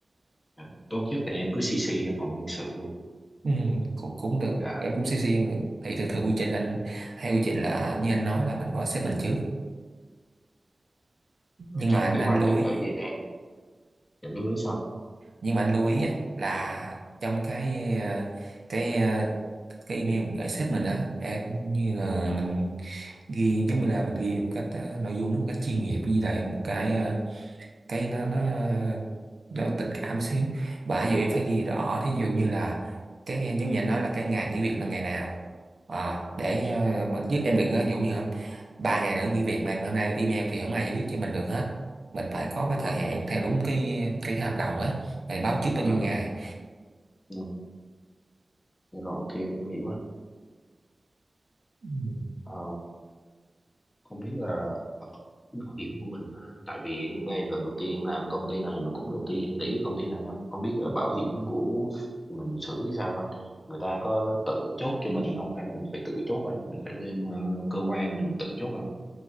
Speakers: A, on the left; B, on the right.
A: Dạ. tốt nhất là em cứ CC cho phòng nhân sự
B: Ừ, cũng, cũng được
A: dạ
B: em cũng CC cũng được thì thường thường quy trình anh hay quy trình là như anh nói là mình phải xếp mình trước
A: rồi
B: nhưng
A: trong
B: mà anh
A: cái
B: anh
A: quá
B: lưu
A: trình
B: ý
A: thời gian dẫn đến lý sao
B: nhưng mà anh lưu ý á, là trong cái ờ, cái ờ, cái email mình gửi sếp mình á em như là
A: ừ.
B: mình ghi giống như là mình ghi một cách ờ, nội dung nó một cách chuyên nghiệp như là một cái ờ, cái nó nó ờ, nó tình cảm xíu và ví dụ em phải ghi rõ thí dụ như là cái giống như anh nói là cái ngày nghỉ việc là ngày nào à để
A: Ừ.
B: ờ, mà chứ em đừng ờ, dụ như hôm ba ngày nữa nghỉ việc mà em hôm nay email thì không ai giải quyết cho mình được hết mình phải có cái
A: nhưng
B: thời
A: mà
B: hạn theo đúng cái cái hợp đồng á mình báo trước bao
A: dạ
B: nhiêu ngày
A: ừ. dạ rồi ok em, em hiểu rồi
B: Ừ.
A: Ờ, không biết là cái bảo hiểm của mình á, tại vì đây là lần đầu tiên em làm công ty này mà cũng đầu tiên em nghĩ cái công ty này anh không biết là bảo hiểm của mình xử như sao anh người ta có tự chốt cho mình không hay mình phải tự chốt anh mình phải lên ờ, cơ quan mình tự chốt anh